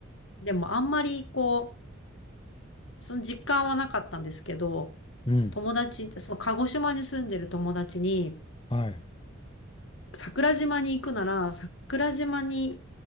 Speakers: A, on the left; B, on the left.
A: でもあんまりこう、その実感はなかったんですけど、
B: うん。
A: 友達、その鹿児島に住んでる友達に、
B: はい。
A: 桜島に行くなら桜島に